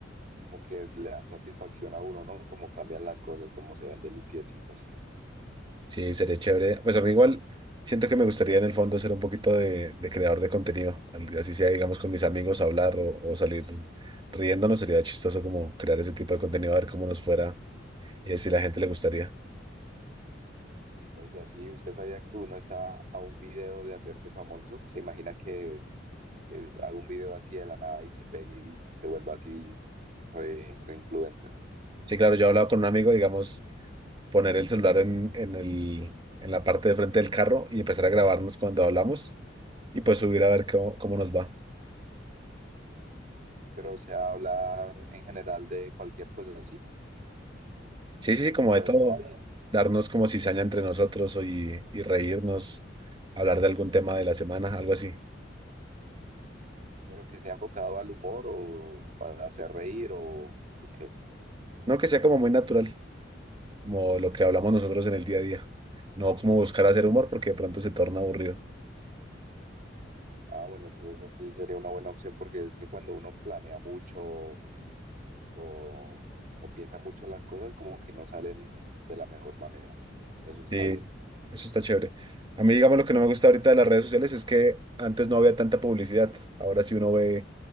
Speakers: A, on the right; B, on the right.
A: como que le dan satisfacción a uno, ¿no? Como cambian las cosas, como se ven de limpiecitas.
B: Sí, sería chévere. Pues a mí igual siento que me gustaría en el fondo ser un poquito de, de creador de contenido. al- Así sea, digamos, con mis amigos hablar o, o salir riéndonos. Sería chistoso como crear ese tipo de contenido, a ver cómo nos fuera y a ver si la gente le gustaría.
A: Oiga, sí, ¿usted sabía que uno está a un video de hacerse famoso? ¿Se imagina que, que haga un video así de la nada y se pegue y se vuelva así re, re influencer?
B: Sí, claro, yo he hablado con un amigo, digamos, poner el celular en, en el, en la parte de frente del carro y empezar a grabarnos cuando hablamos y pues subir a ver cómo, cómo nos va.
A: pero o sea, hablar en general de cualquier cosa así,
B: Sí, sí, sí, como
A: como
B: de todo,
A: del día a día,
B: darnos como cizaña entre nosotros o y, y reírnos, hablar de algún tema de la semana, algo así.
A: pero que sea enfocado al humor o a hacer reír o, o qué.
B: No que sea como muy natural, como lo que hablamos nosotros en el día a día. No como buscar hacer humor porque de pronto se torna aburrido.
A: Ah, bueno, sí, es así, sería una buena opción porque es que cuando uno planea mucho o, o piensa mucho en las cosas, como que no salen de la mejor manera. Eso está
B: sí
A: bien.
B: Eso está chévere. A mí, digamos, lo que no me gusta ahorita de las redes sociales es que antes no había tanta publicidad. Ahora sí uno ve